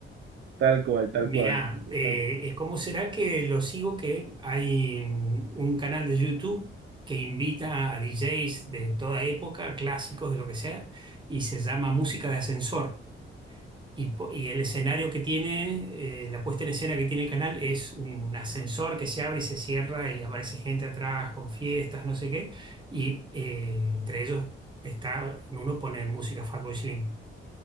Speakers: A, on the right; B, on the right.
A: tal cual, tal
B: Mirá,
A: cual,
B: eh,
A: tal cual.
B: eh, ¿cómo será que lo sigo? Que hay mm, un canal de YouTube que invita a DJs de toda época, clásicos de lo que sea, y se llama Música de Ascensor. Y, po- y el escenario que tiene, eh, la puesta en escena que tiene el canal es un ascensor que se abre y se cierra y aparece gente atrás con fiestas, no sé qué. Y eh, entre ellos está, en uno pone música Fatboy Slim.